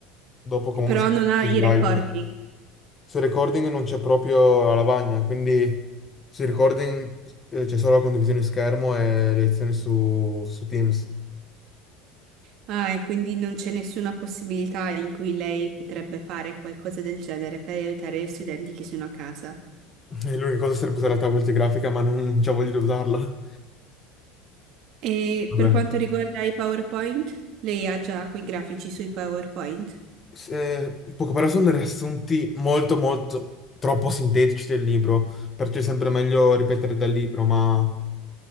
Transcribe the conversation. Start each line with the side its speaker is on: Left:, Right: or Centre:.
Left: dopo comunque
Right: Però
Left: ci sono
Right: non ha
Left: le
Right: i
Left: slide.
Right: recording.
Left: sul recording non c'è proprio la lavagna, quindi sul recording eh, c'è solo la condivisione schermo e le lezioni su, su Teams.
Right: Ah, e quindi non c'è nessuna possibilità in cui lei potrebbe fare qualcosa del genere per aiutare gli studenti che sono a casa.
Left: E L'unica cosa sarebbe usare la tavoletta grafica, ma non, non c'ho voglia di usarla.
Right: E
Left: Vabbè.
Right: per quanto riguarda i PowerPoint, lei ha già quei grafici sui PowerPoint?
Left: Se- poco però sono dei riassunti molto, molto troppo sintetici del libro, perciò è sempre meglio ripetere dal libro, ma